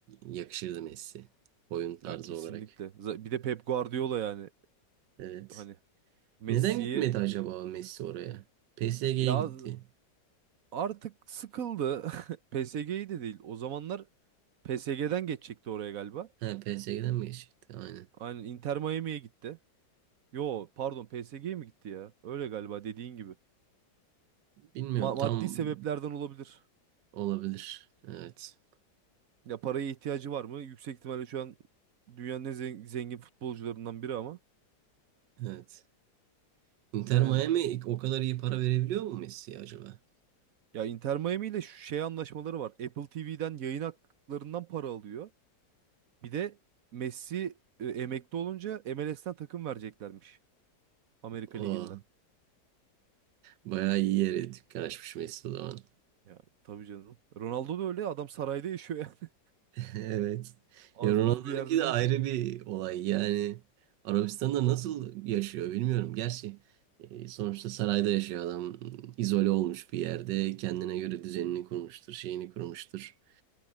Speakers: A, on the right; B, on the right.
A: yakışırdı Messi oyun tarzı
B: Ya kesinlikle.
A: olarak.
B: Za- Bir de Pep Guardiola yani
A: Evet.
B: hani Messi'yi
A: Neden gitmedi acaba Messi oraya? PSG'ye
B: ya
A: gitti.
B: artık sıkıldı. <laughs> PSG'yi de değil. O zamanlar PSG'den geçecekti oraya galiba.
A: He, PSG'den mi geçecekti? Aynen.
B: Aynen Inter Miami'ye gitti. Yo pardon PSG'ye mi gitti ya? Öyle galiba dediğin gibi.
A: Bilmiyorum.
B: Ma-
A: Tam
B: maddi sebeplerden olabilir.
A: olabilir. Evet.
B: Ya paraya ihtiyacı var mı? Yüksek ihtimalle şu an dünyanın en zen- zengin futbolcularından biri ama.
A: Evet. Inter
B: Yani.
A: Miami o kadar iyi para verebiliyor mu Messi acaba?
B: Ya Inter Miami ile şu şey anlaşmaları var. Apple TV'den yayın haklarından para alıyor. Bir de Messi e, emekli olunca MLS'ten takım vereceklermiş. Amerika
A: O
B: Ligi'nden.
A: bayağı iyi yere dükkan açmış Messi o zaman.
B: Ya tabii canım. Ronaldo da öyle ya, adam sarayda yaşıyor yani.
A: <laughs> Evet.
B: <laughs> Az
A: Ya Ronaldo'nunki
B: buz bir yerde
A: de
B: değil.
A: ayrı bir olay. Yani Arabistan'da nasıl yaşıyor bilmiyorum. Gerçi e, sonuçta sarayda yaşıyor adam. İzole olmuş bir yerde. Kendine göre düzenini kurmuştur, şeyini kurmuştur.